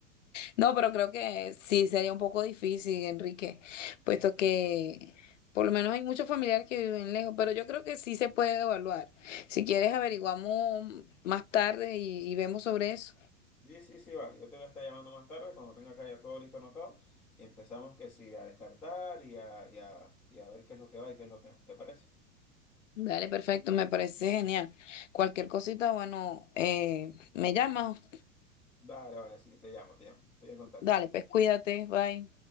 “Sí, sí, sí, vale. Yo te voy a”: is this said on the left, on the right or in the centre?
Centre